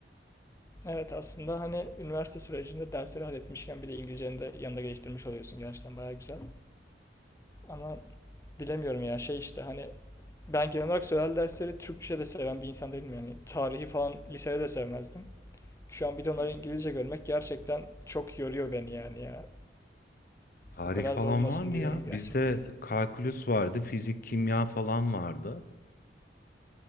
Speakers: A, on the left; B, on the left.
A: Evet aslında hani üniversite sürecinde dersleri halletmişken bile İngilizceni de yanında geliştirmiş oluyorsun. Gerçekten baya güzel. Ama bilemiyorum ya şey işte hani ben genel olarak sözel dersleri Türkçe de seven bir insan değilim yani. Tarihi falan lisede de sevmezdim. Şu an bir de onları
B: Hmm.
A: İngilizce görmek gerçekten çok yoruyor beni yani ya.
B: Tarih
A: Bu kadar
B: falan
A: da olmasın
B: var mı
A: diyorum
B: ya? Bizde
A: gerçekten.
B: kalkülüs vardı, fizik, kimya falan vardı.